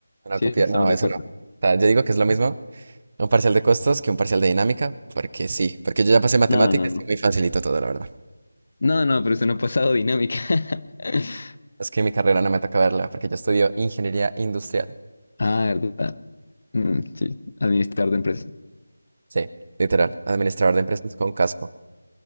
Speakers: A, on the right (about 40°); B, on the left (about 50°).
A: No,
B: ¿Sí?
A: copiar,
B: Estamos
A: no,
B: de
A: eso
B: acuerdo.
A: no. O sea, yo digo que es lo mismo, Un parcial de costos que un parcial de dinámica, porque sí, porque yo ya pasé matemáticas
B: No, no, no.
A: y es muy facilito todo, la verdad.
B: No, no, pero usted no ha pasado dinámica. <laughs>
A: Es que mi carrera no me toca verla, porque yo estudio ingeniería industrial.
B: Ah, verdad. Mm, sí, administrar de empresa.
A: Sí, literal, administrador de empresas con casco.